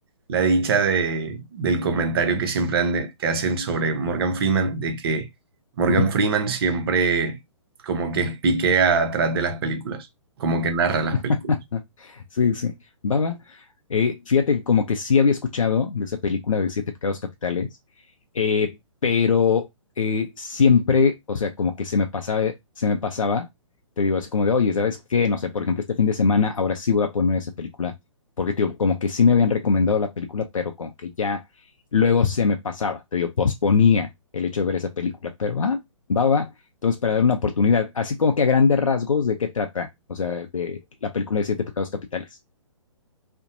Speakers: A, on the right; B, on the left.
A: la dicha de, del comentario que siempre han de- que hacen sobre Morgan Freeman, de que Morgan
B: ujú.
A: Freeman siempre como que espiquea atrás de las películas, como que narra las
B: <laughs>
A: películas.
B: Sí, sí. Baba, eh, fíjate que como que sí había escuchado de esa película de Siete Pecados Capitales, eh, pero eh, siempre, o sea, como que se me pasaba, se me pasaba, te digo, así como de, oye, ¿sabes qué? No sé, por ejemplo, este fin de semana, ahora sí voy a poner esa película, porque, te digo, como que sí me habían recomendado la película, pero como que ya luego se me pasaba, te digo, posponía el hecho de ver esa película, pero va, va, va, entonces, para dar una oportunidad, así como que a grandes rasgos, ¿de qué trata? O sea, de la película de Siete Pecados Capitales.